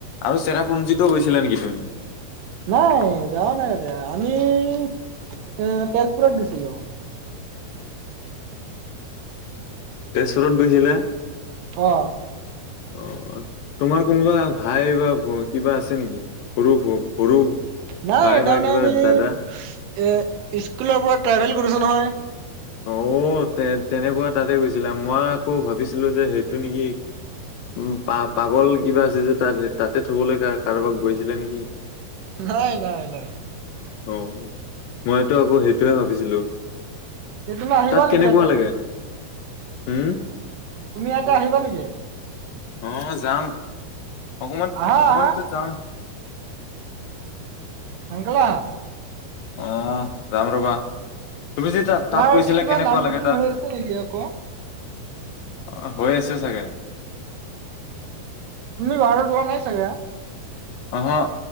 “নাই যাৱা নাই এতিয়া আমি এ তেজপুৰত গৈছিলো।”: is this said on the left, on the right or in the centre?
Right